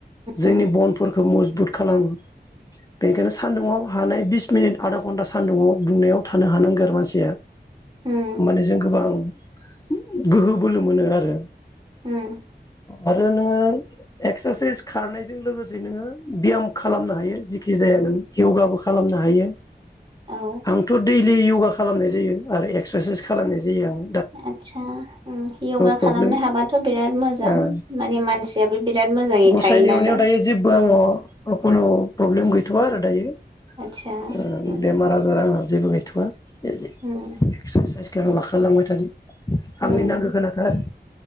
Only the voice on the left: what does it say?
जोंनि
बनफोरखौ मजबुत खालामो, बेनिखायनो सान्दुंङाव हानाय बिस मिनिट आदा घन्टासो। सान्दुंआव दुंनायाव थानो हानांगौ आरो मानसिया।
माने जों गोबां। गोहो बोलो मोनो आरो।
आरो नोंङो। एक्स्रासाइस खारनायजों लोगोसे नोङो ब्याम खालामनो हायो जिखि जाया नों यगाबो खालामनो हायो।
आंथ दैलि यगा खालामनाय जायो, आरो एक्स्रासाइस खालामनाय जायो आंङो।
प्रब्लेम
ओ
गसाइनि
अननायाव
दायो जेबो आंनाव खुनु प्रब्लेम गैथवा आरो दायो।
ओ
बेमार आजारा। जेबो गैथआ। जेरै
एक्स्रासाइस। जोथोन लाखालांबाय थानि।
आंनि नांगौ खिनिखौ आरो